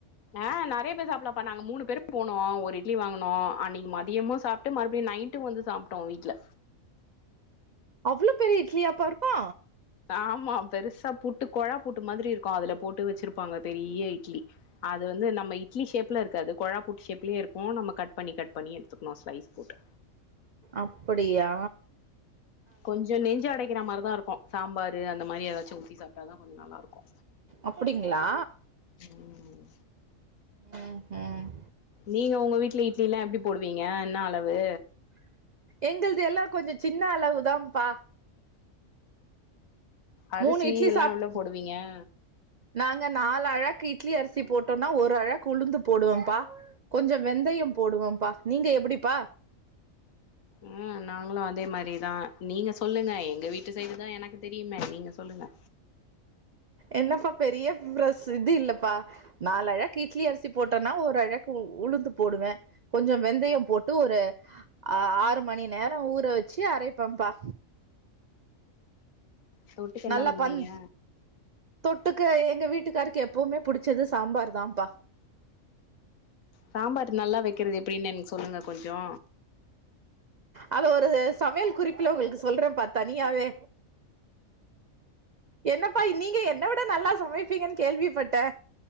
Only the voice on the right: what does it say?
அவ்ளோ பெரிய இட்லியாப்பா இருக்கு
அப்புடியா
அப்டிங்ளா
ம் ஹும்
எங்களது எல்லா கொஞ்ச சின்ன அளவுதாம்ப்பா
மூணு இட்லி
சாப்
நாங்க நாலு அழாக்கு இட்லி அரி சி போட்டோன்னா ஒரு அழாக்கு உளுந்து போடுவேம்ப்பா கொஞ்ச வெந்தயம் போடுவம்ப்பா நீங்க எப்பிடிப்பா?
என்னப்பா பெரிய பிரச இது இல்லப்பா நாலு அழாக்கு இட்லி அரிசி போட்டோன்னா ஒரு அழக்கு உளுந்து போடுவே கொஞ்ச வெந்தயம் போட்டு ஒரு ஆ ஆறு மணி நேர ஊற வச்சு அரைப்பேம்ப்பா
நல்லா
பஞ் தொட்டுக்க எ ங்க வீட்டுக்காருக்கு எப்பவுமே புடிச்சது சாம்பார் தாம்ப்பா
அத ஒரு சமையல் குறிப்புல உங்களுக்கு சொல்றேம்ப்பா தனியாவே என்னப்பா நீங்க என்ன விட நல்லா சமைப்பீங்கன் கேள்விப்பட்டே